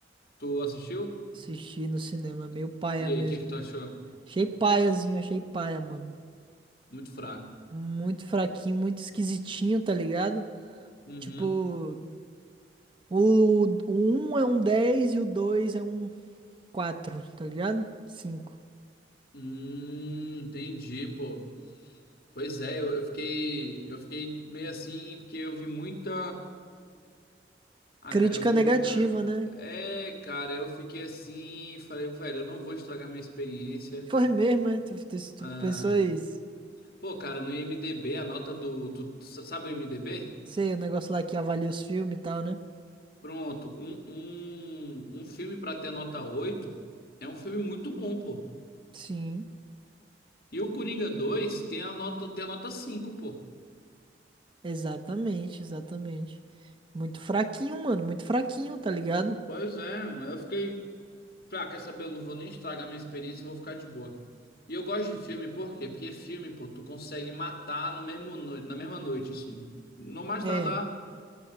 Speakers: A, on the left (about 55°); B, on the right (about 30°).
A: Tu assistiu?
B: Assisti no cinema, meio
A: E
B: paia
A: e
B: mesmo.
A: aí, o que que tu achou?
B: Achei paiazinho, achei paia, mano.
A: Muito fraco.
B: Muito fraquinho, muito esquisitinho, tá ligado?
A: Uhum.
B: Tipo, O um é um 10 e o 2 é um quatro tá ligado? cinco
A: Hum, entendi, pô. Pois é, eu, eu fiquei, eu fiquei meio assim, porque eu vi muita. Ah,
B: Crítica
A: cara, eu vi
B: negativa,
A: muita.
B: né?
A: É, cara, eu fiquei assim, falei, velho, eu não vou estragar minha experiência.
B: Foi mesmo, né? Tu, tu, tu
A: Ah,
B: pessoas.
A: pô, cara, no IMDb, a nota do. Tu, tu sa- sabe o IMDb?
B: Sei, o negócio lá que avalia os filmes e tal, né?
A: Pronto, um, um, um filme pra ter a nota 8 é um filme muito bom, pô.
B: Sim,
A: E o Coringa dois tem a nota, tem a nota cinco pô.
B: exatamente, exatamente. Muito fraquinho, mano. Muito fraquinho, tá ligado?
A: Pois é, mas eu fiquei. pra quer saber? Eu não vou nem estragar minha experiência, eu vou ficar de boa. E eu gosto de filme, por quê? Porque filme, pô, tu consegue matar no mesmo no- na mesma noite, assim. Não mais
B: É.
A: tardar,